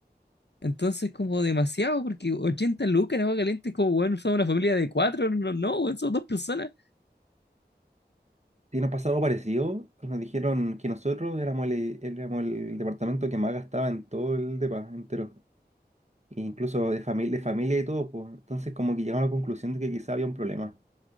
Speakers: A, on the left; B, on the right.
A: Entonces, como demasiado, porque 80 lucas en agua caliente es como, bueno, somos una familia de cuatro, no, no, weón, somos dos personas.
B: y nos pasó algo parecido. que Nos dijeron que nosotros éramos el, éramos el departamento que más gastaba en todo el depa entero. E incluso de, fami- de familia y todo, pues. Entonces, como que llegamos a la conclusión de que quizá había un problema.